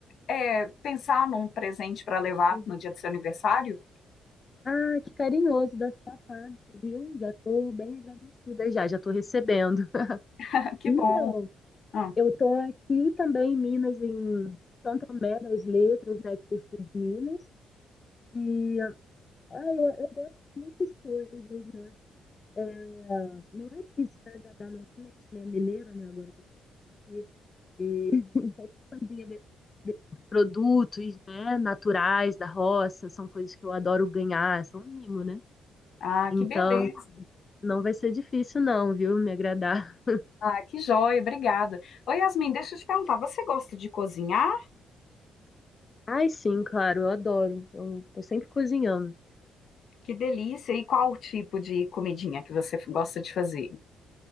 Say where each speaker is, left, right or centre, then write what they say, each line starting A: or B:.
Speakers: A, on the left (about 60°); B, on the left (about 30°).
A: é, pensar num presente para levar
B: Uhum.
A: no dia do seu aniversário.
B: Ah, que carinhoso da sua parte, viu? Já estou bem agradecida já, já estou recebendo.
A: <laughs> Que
B: Então,
A: bom. Hum.
B: eu estou aqui também em Minas, em Santo Tomé das Letras, né, que eu sou de Minas. E ah, eu, eu gosto de muitas coisas, né? É, não é difícil agradar, não, também, minha mineira, né, agora que eu E <laughs> a ideia de produtos, né, naturais da roça, são coisas que eu adoro ganhar, são um mimo, né?
A: Ah,
B: Então,
A: que beleza.
B: não vai ser difícil não, viu? Me agradar.
A: Ah, que joia, obrigada. Oi, Yasmin, deixa eu te perguntar, você gosta de cozinhar?
B: <laughs> Ai, sim, claro, eu adoro. Eu tô sempre cozinhando.
A: Que delícia! E qual o tipo de comidinha que você gosta de fazer?